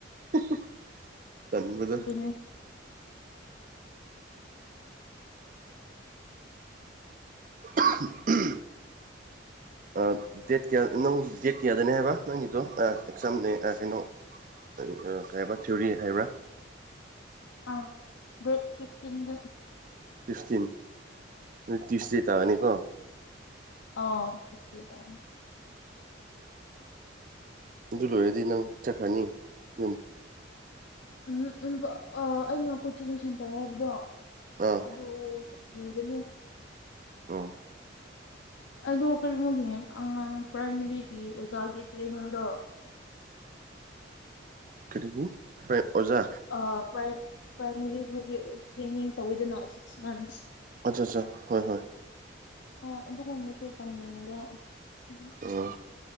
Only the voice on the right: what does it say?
ꯍꯥ ꯍꯥ ꯇꯟꯕꯗꯨ
ꯎꯨꯍ ꯑꯥ ꯑꯥ ꯗꯦꯠ ꯀꯌꯥ ꯅꯪ ꯗꯦꯠ ꯀꯌꯥꯗꯅꯦ ꯍꯥꯏꯕ ꯅꯪꯒꯤꯗꯣ ꯑꯥ ꯑꯦꯛꯖꯥꯝꯅꯦ ꯑꯥ ꯀꯩꯅꯣ ꯅꯪ ꯑꯥ ꯀꯩ ꯍꯥꯏꯕ ꯆꯨꯔꯤ ꯍꯥꯏꯕ꯭ꯔꯥ
ꯐꯤꯐꯇꯤꯟ ꯑꯗꯨ ꯇꯨꯏꯁꯗꯦ ꯇꯥꯒꯅꯤꯀꯣ
ꯑꯗꯨ ꯂꯣꯏꯔꯗꯤ ꯅꯪ ꯆꯠꯈ꯭ꯔꯅꯤ ꯌꯨꯝ
ꯑꯥ
ꯑꯣ
ꯀꯔꯤꯒꯤ ꯄꯔꯦ ꯑꯣꯖꯥ
ꯑꯠꯆꯥ ꯆꯥ ꯍꯣꯏ ꯍꯣꯏ
ꯑꯣ